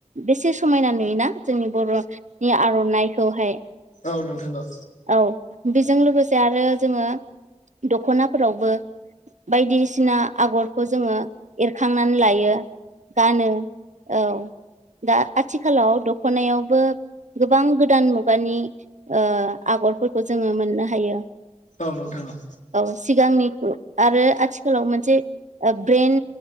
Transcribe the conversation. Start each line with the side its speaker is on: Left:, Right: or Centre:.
Right: बेसे समायना नुयो ना जोंनि बर'नि आर'नाइखौहाय
Left: औ नोंथां औ
Right: औ बेजों लोगोसे आरो जोङो दख'ना फोरावबो बायदिसिना आगरखौ जोङो एरखांनानै लायो गानो औ दा आथिखालाव दख'नायावबो गोबां गोदान मुगानि ओ आगरफोरखौ जोङो मोननो हायो
Left: औ नोंथां औ
Right: औ सिगांनिखौु आरो आथिखालाव मोनसे ब्रइेन